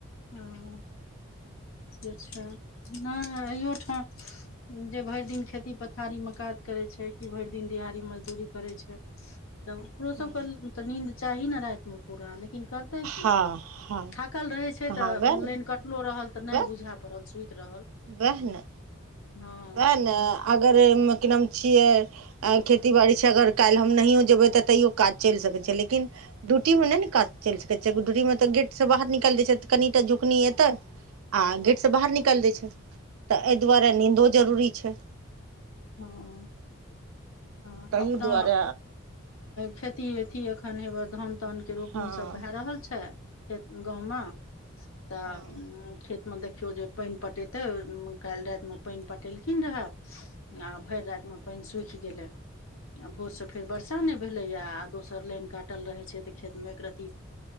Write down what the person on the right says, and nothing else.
<unintelligible>
हूँ।
हँ हँ
कहाँ
वएह
ने
वएह
वएह ने
वएह ने अगर की नाम छियै खेतीबाड़ी छै अगर काल्हि हम नहिओ जेबै तऽ तैयओ काज चलि सकै छै लेकिन डूटीमे नहि ने काज चलि सकै छियैगो डियूटीमे तऽ गेट से बाहर निकालि दै छै कनिटा झुकनी एतै आ गेट से बाहर निकालि दैय छै तऽ एहि दुआरे नींदो जरूरी छै
ताहि
दुआरे
हँ
हँ